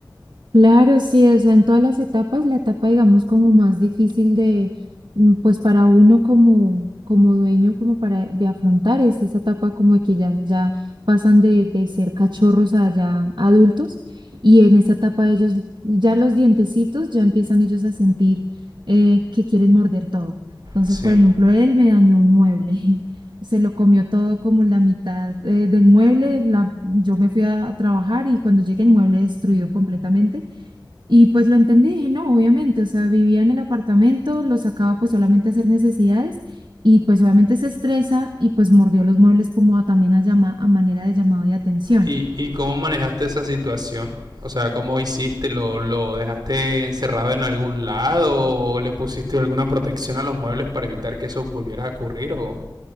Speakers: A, on the right; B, on the right.
A: Claro, sí, o sea, en todas las etapas, la etapa, digamos, como más difícil de, mm, pues para uno como, como dueño, como para de afrontar, es esa etapa como de que ya, ya pasan de, de ser cachorros a ya adultos, y en esa etapa ellos, ya los dientecitos, ya empiezan ellos a sentir eh, que quieren morder todo. Entonces,
B: Sí.
A: por ejemplo, él me dañó un mueble. <laughs> Se lo comió todo como la mitad eh, del mueble. La, yo me fui a trabajar y cuando llegué el mueble destruido completamente. Y pues lo entendí, dije, no, obviamente, o sea, vivía en el apartamento, lo sacaba pues solamente a hacer necesidades y pues obviamente se estresa y pues mordió los muebles como a- también a, llama, a manera de llamado de atención.
B: ¿Y, ¿Y cómo manejaste esa situación? O sea, ¿cómo hiciste? ¿Lo, ¿Lo dejaste encerrado en algún lado? ¿O le pusiste alguna protección a los muebles para evitar que eso volviera a ocurrir? ¿O